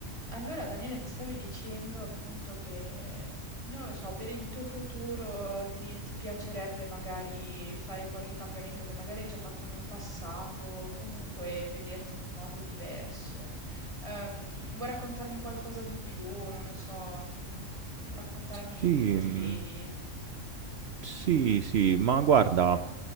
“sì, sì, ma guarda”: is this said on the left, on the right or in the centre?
Right